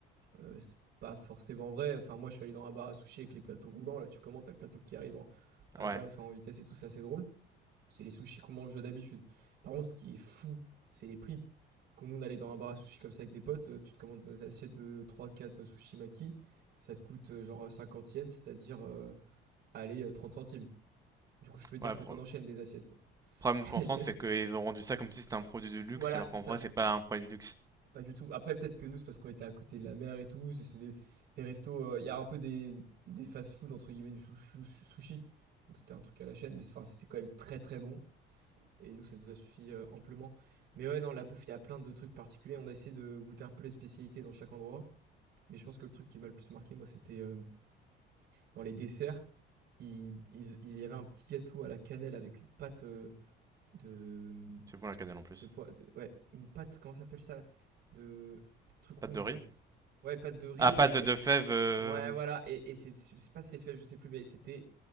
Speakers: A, on the right; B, on the right.
A: Euh, c'est pas forcément vrai. Enfin, moi, je suis allé dans un bar à sushis avec les plateaux roulants. Là, tu commandes, t'as le plateau qui arrive en, à
B: Ouais,
A: balle, enfin, en vitesse et tout, c'est assez drôle. C'est les sushis qu'on mange d'habitude. Par contre, ce qui est fou, c'est les prix. Quand nous, on allait dans un bar à sushis comme ça avec des potes, euh, tu te commandes des assiettes de trois quatre sushis maki. Ça te coûte euh, genre 50 yens, c'est-à-dire. euh, allez, euh, 30 centimes. Du coup, je peux dire
B: ouais,
A: que
B: pro-
A: t'en enchaînes des assiettes, quoi.
B: Le Problème
A: <laughs>
B: qu'en
A: Je-
B: France, c'est qu'ils ont rendu ça comme si c'était un produit de luxe,
A: Voilà,
B: alors
A: c'est
B: qu'en
A: ça.
B: vrai, c'est pas un produit de luxe.
A: Pas du tout. Après, peut-être que nous, c'est parce qu'on était à côté de la mer et tout. C'est c'est des, des restos. euh, Il y a un peu des, des fast-food, entre guillemets, du sou- sou- sushi. Donc, c'était un truc à la chaîne, mais c'est- enfin, c'était quand même très très bon. Et nous, ça nous a suffi euh, amplement. Mais ouais, dans la bouffe, il y a plein de trucs particuliers. On a essayé de goûter un peu les spécialités dans chaque endroit. Mais je pense que le truc qui m'a le plus marqué, moi, c'était euh, dans les desserts. Il, il- il y avait un petit gâteau à la cannelle avec une pâte euh, de,
B: C'est bon la cannelle en plus.
A: De pois- de- ouais, une pâte, comment ça s'appelle ça? De truc rouge
B: Pâte de riz?
A: là. Ouais, pâte de riz,
B: Ah, pâte
A: mais avec...
B: de fèves. euh,
A: Ouais, voilà. Et, et c'est, je sais pas si c'est fait, je sais plus, mais c'était